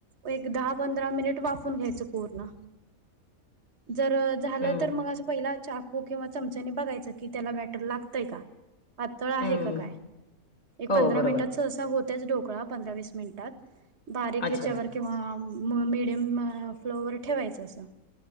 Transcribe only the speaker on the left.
हम्म
हम्म
हो
बरोबर
अच्छा
अच्छा